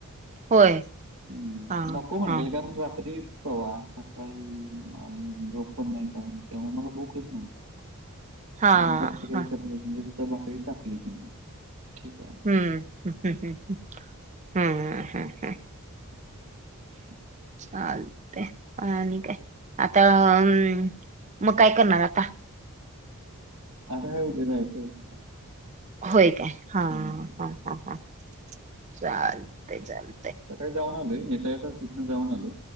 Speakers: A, on the right (about 30°); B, on the right (about 60°).
A: होय.
B: हम्म..
A: हा
B: नको म्हटलेलं..
A: हा
B: कारण रात्री- परवा सकाळी.. आणि जॉब पण नाही.. काही नाही.. त्यामुळं मला भूकच नव्हती
A: हा
B: म्हणजे, जास्त काय
A: हा
B: करत बसू नको... तर भाकरी टाकली तिने.. ठीक आहे. म्हटलं,
A: हम्म हम् हम् हम् हम् हम ह.
B: हम्म.
A: चालतंय.. आणि काय? आता म- मग काय करणार आता?
B: आता काय उद्या जायचं आहे.. एके ठिकाणी
A: होय काय? हा
B: हम्म.
A: ह ह ह.. चालतंय चाल
B: सकाळी जाऊन आलोय.. येता येत तिथनं जाऊन आलो